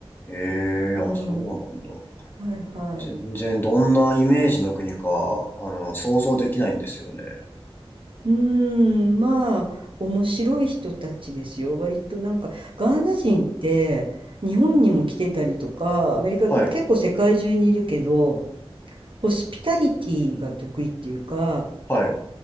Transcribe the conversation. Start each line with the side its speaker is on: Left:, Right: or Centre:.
Left: ええあ、
Right: うん、
Left: そうなんだ。
Right: はいはい。
Left: 全然どんなイメージの国か、あの、想像できないんですよね。
Right: うーん、まあ、面白い人たちですよ。割となんか、ガーナ人って、日本にも来てたりとか、アメリカで結構世界中にいるけど、
Left: はい、
Right: ホスピタリティが得意っていうか、
Left: はい、